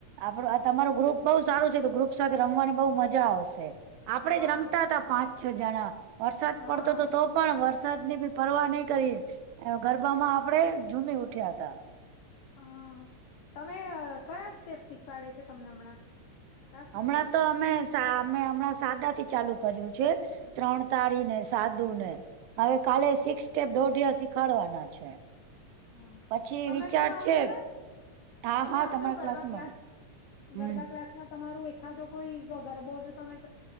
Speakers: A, on the right; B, on the left.
A: આપડું તમારું ગ્રુપ બહઉ સારું છે તો ગ્રુપ સાથે રમવાની બહુ મજા આવશે આપડે
B: હા
A: જ રમતા હતા પાંચ છ જણા વરસાદ
B: હા
A: પડતો તો તો પણ વરસાદ ની બી પરવા નહી કરી ગરબામાં આપડે ઝૂમી ઉઠ્યા તા.
B: હમ તમે કયા સ્ટેપ્ શીખવાડે છે તમને હમણાં ક્યાં સુધી
A: હમણાં
B: પહોંચ્યા
A: તો અમે સા અમે હમણાં સાદા થી ચાલુ કર્યું છે ત્રણ તાળી ને, સાદુ ને હવે કાલે સિક્સ સ્ટેપ દોઢિયા શીખાડવાના છે.
B: હમ
A: પછી
B: તમે
A: વિચાર
B: પણ આવજો
A: છે
B: ને,
A: હા
B: તમે
A: હા
B: આવજો
A: તમારા
B: ગરબા
A: ક્લાસમાં
B: ક્લાસ
A: હમ
B: ગરબા ક્લાસ તમારું એખાદો કોઈ ગરબો જો તમે